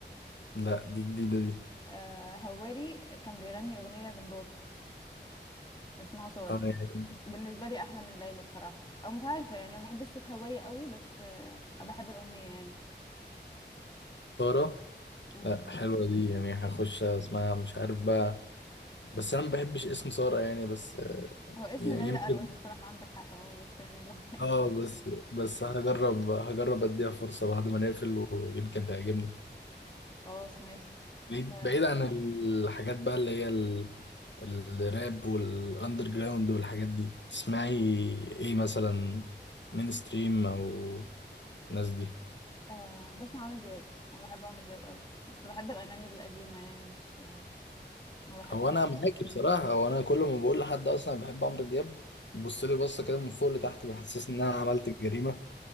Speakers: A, on the left; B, on the left.
A: لا دي جديدة دي
B: آه هواري كان بيغني اغنية لمراته اسمها ثورة
A: آه يعني
B: بالنسبه لي احلى من ليلى بصراحه او مش عارفه يعني ما بحبش صوتها وري قوي بس آه، بحب الاغنيه يعني
A: سارة
B: امم
A: لا حلوة دي يعني هخش اسمها مش عارف بقى بس أنا ما بحبش اسم سارة يعني بس
B: هو اسم
A: يعني
B: ليلى
A: يمكن
B: اروش بصراحه عندك حق اه بس يعني الاغنيه
A: اه بس بس هجرب هجرب اديها فرصة بعد ما نقفل ويمكن تعجبني
B: <laughs> خلاص ماشي
A: بعيد
B: آه
A: بعيد عن الحاجات بقى اللي هي ال- الراب والاندر جراوند والحاجات دي تسمعي ايه مثلا من ستريم او الناس دي
B: آه أنا بسمع عمرو دياب انا بحب عمرو دياب قوي بس بحب الاغاني القديمه يعني مش ما بحبش
A: هو انا
B: الاغاني
A: معاكي
B: الجديده
A: بصراحة هو انا كل ما بقول لحد اصلا أنا بحب عمرو دياب بيبص لي بصة كده من فوق لتحت بيحسسني ان انا عملت جريمة